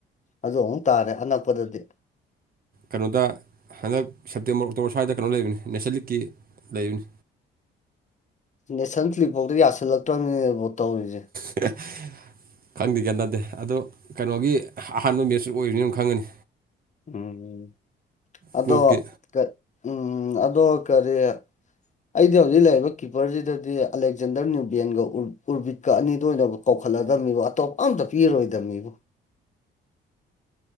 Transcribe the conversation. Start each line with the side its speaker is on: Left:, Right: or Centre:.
Left: ꯑꯗꯨ ꯑꯃꯨꯛ ꯇꯔꯦ ꯑꯅꯛꯄꯗꯗꯤ
Right: ꯀꯩꯅꯣꯗ ꯍꯟꯗꯛ ꯁꯦꯞꯇꯦꯝꯕꯔ ꯑꯣꯛꯇꯣꯕꯔ ꯁ꯭ꯋꯥꯏꯗ ꯀꯩꯅꯣ ꯂꯩꯕꯅꯤ ꯅꯦꯁꯂꯤꯛꯀꯤ ꯂꯩꯕꯅꯤ
Left: ꯅꯦꯁꯟ ꯐ꯭ꯂꯤꯞꯐꯥꯎꯗ ꯌꯥꯁꯜꯂꯛꯇ꯭ꯔꯃꯤꯅꯦ ꯏꯕꯣ ꯇꯧꯔꯤꯖꯦ
Right: <unintelligible> ꯈꯪꯗꯦ ꯒ꯭ꯌꯥꯟ ꯇꯗꯦ ꯑꯗꯣ ꯀꯩꯅꯣꯒꯤ ꯑꯍꯥꯟꯕ ꯃꯦꯠꯁꯨ ꯑꯣꯏꯕꯅꯤꯅ ꯑꯗꯨꯝ ꯈꯪꯉꯅꯤ
Left: ꯎꯝ ꯑꯗꯣ
Right: ꯀ꯭ꯂꯣꯞꯀꯤ
Left: ꯀ ꯎꯝ ꯑꯗꯣ ꯀꯔꯤ ꯑꯩꯗꯤ ꯍꯧꯖꯤꯛ ꯂꯩꯔꯤꯕ ꯀꯤꯞꯄꯔꯖꯤꯗꯗꯤ ꯑꯂꯦꯛꯖꯦꯟꯗꯔ ꯅꯤꯔꯕꯦꯟꯒ ꯎꯔꯕꯤꯠꯀ ꯑꯅꯤꯗꯣ ꯑꯣꯏꯅꯕꯨ ꯀꯧꯈꯠꯂꯛꯑꯗꯕꯅꯤꯕꯣ ꯑꯇꯣꯞꯄ ꯑꯝꯇ ꯄꯤꯔꯣꯏꯗꯕꯅꯤꯕꯣ